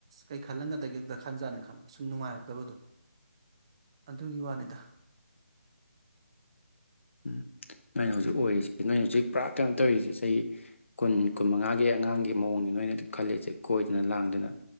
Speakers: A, on the right; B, on the left.
A: ꯑꯩ ꯈꯜꯂꯝꯟꯒꯗꯒꯦꯛꯇ ꯈꯟꯖꯥꯠꯅꯤ ꯈꯟꯕ ꯁꯨꯝ ꯅꯨꯡꯉꯥꯏꯔꯛꯇꯕꯗꯣ ꯑꯗꯨꯒꯤ ꯋꯥꯅꯤꯗ
B: ꯎꯝ ꯅꯣꯏꯅ ꯍꯧꯖꯤꯛ ꯑꯣꯏꯔꯤꯁꯤ ꯅꯣꯏ ꯍꯧꯖꯤꯛ ꯄꯨꯔꯥ ꯀꯩꯅꯣ ꯇꯧꯔꯤꯁꯤ ꯆꯍꯤ ꯀꯨꯟ ꯀꯨꯟꯃꯉꯥꯒꯤ ꯑꯉꯥꯡꯒꯤ ꯃꯑꯣꯡꯅꯤꯅ ꯅꯣꯏꯅ ꯈꯜꯂꯤꯁꯦ ꯀꯣꯏꯗꯅ ꯂꯥꯡꯗꯅ